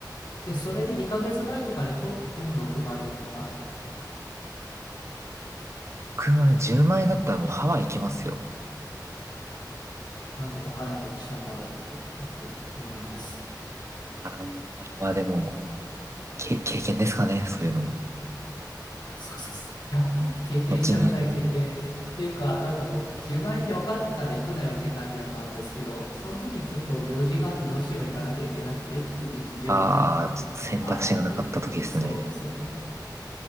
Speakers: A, on the left; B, on the right.
A: で、それで2ヶ月前とかにとっても6万円とか、いや
B: 9万円、10万円だったらもうハワイ行けますよ。
A: なんでバカなことしたんだろうって、本当に思います。
B: あー、まあでも、け、経験ですかね、そういうのも。
A: そうです。いや、経験したくない経験っていうか、
B: 後に、
A: なんだろう、10万円って分かってたら行くなよって感じだったんですけど、その時ちょっと用事があってどうしても行かなきゃいけなくてっていう事情が
B: ああ、
A: <laughs>
B: 選択肢がなかった時ですね。
A: あってっていう、そうですね。